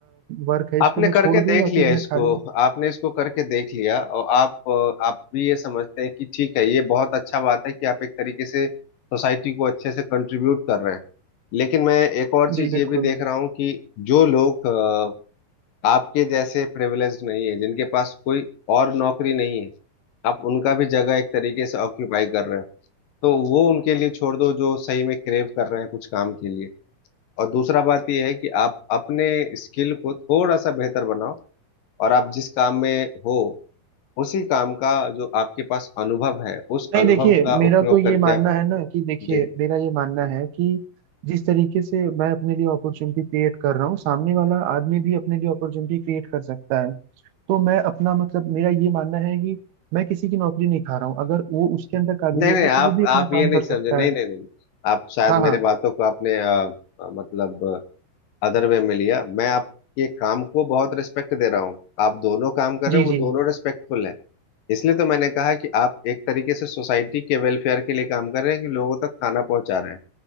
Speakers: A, on the right; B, on the left.
A: वर्क है इसको
B: आपने
A: मैं
B: करके
A: छोड़ दूँ
B: देख
A: या
B: लिया
A: फिर मैं
B: इसको
A: खाली
B: आपने इसको करके देख लिया और आप अ, आप भी ये समझते हैं कि ठीक है ये बहुत अच्छा बात है कि आप एक तरीके से सोसाइटी को अच्छे से कंट्रीब्यूट कर रहे हैं लेकिन मैं एक और चीज
A: जी बिल्कुल
B: ये भी देख रहा हूँ कि जो लोग अ, आपके जैसे प्रिविलेज्ड नहीं है जिनके पास कोई और नौकरी नहीं है आप उनका भी जगह एक तरीके से ऑक्यूपाई कर रहे हो तो वो उनके लिए छोड़ दो जो सही में क्रेव कर रहे हैं कुछ काम के लिए और दूसरा बात यह है कि आप अपने स्किल को थोड़ा सा बेहतर बनाओ और आप जिस काम में हो उसी काम का जो आपके पास अनुभव है उस
A: नहीं
B: अनुभव
A: देखिए
B: का
A: मेरा
B: उपयोग
A: तो ये
B: करके
A: मानना
B: आप
A: है ना कि देखिए
B: जी
A: मेरा ये मानना है कि जिस तरीके से मैं अपने लिए अपॉर्चुनिटी क्रिएट कर रहा हूँ सामने वाला आदमी भी अपने लिए अपॉर्चुनिटी क्रिएट कर सकता है तो मैं अपना मतलब मेरा ये मानना है कि मैं किसी की नौकरी नहीं खा रहा हूँ अगर वो उसके अंदर काबिलियत
B: नहीं नहीं
A: है
B: आप
A: तो वो भी अपना
B: आप ये
A: काम
B: नहीं
A: कर
B: समझे
A: सकता
B: नहीं
A: है
B: नहीं नहीं आप शायद
A: हाँ हाँ
B: मेरे बातों को आपने अ, अ, मतलब अदर वे में लिया मैं आपके काम को बहुत रिस्पेक्ट दे रहा हूँ आप दोनों काम कर
A: जी
B: रहे हो वो
A: जी
B: दोनों रिस्पेक्टफुल है इसलिए तो मैंने कहा कि आप एक तरीके से सोसाइटी के वेलफेयर के लिए काम कर रहे हैं कि लोगों तक खाना पहुंचा रहे हैं